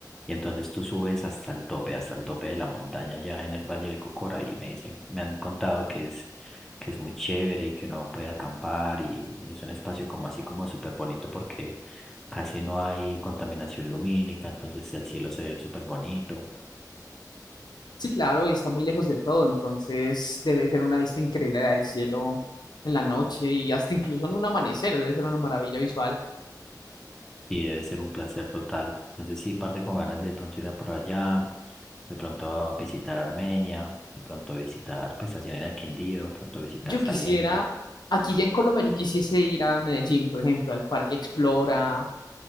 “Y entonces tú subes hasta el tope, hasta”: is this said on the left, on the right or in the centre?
Centre